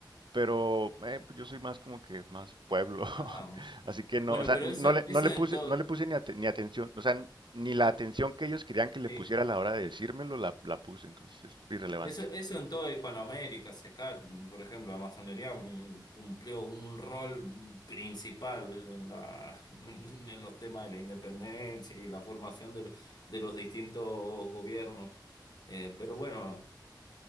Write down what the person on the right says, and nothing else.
pero eh, pues, yo soy más como que más pueblo, <laughs>
así que no,
o sea,
no
le,
no le
puse,
no le puse ni, ate- ni atención, o sea, ni la
atención que ellos querían que le
pusiera a la hora de decírmelo la, la puse, entonces es irrelevante.